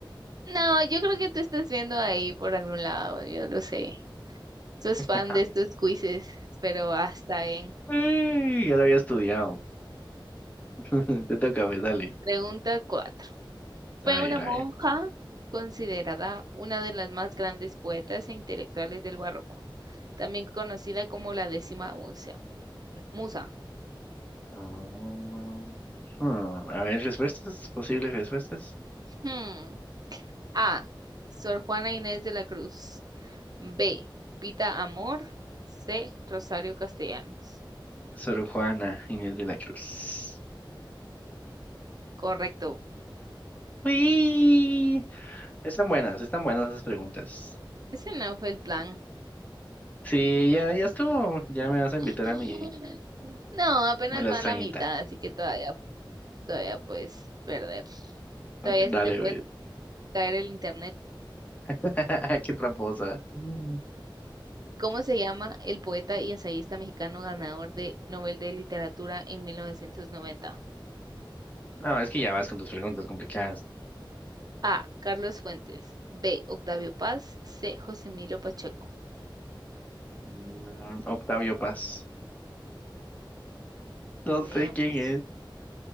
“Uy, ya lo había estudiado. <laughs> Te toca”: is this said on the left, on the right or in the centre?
Left